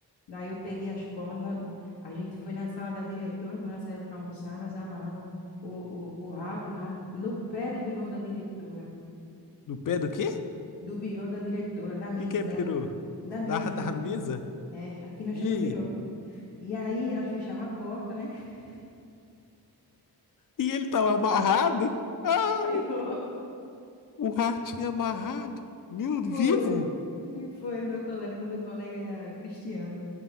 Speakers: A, on the left (about 85°); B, on the left (about 55°).
A: Daí eu peguei as cordas, nó- a gente foi na sala da diretora, quando ela saiu para almoçar, nós amarramos o, o, o rato lá no pé do birô da diretora,
B: No pé do quê? O
A: do birô da diretora, da mesa
B: que que é
A: dela,
B: peru?
A: da mesa
B: Da, da
A: dela.
B: mesa?
A: É, aqui nós
B: E
A: chama
B: aí?
A: birô. E aí nós fechamos a porta, né? <laughs>
B: E ele tava amarrado? Ah!
A: Ficou.
B: O ratinho amarrado? Meu, vivo?
A: Foi. E foi meu colega. O meu colega era Cristiano.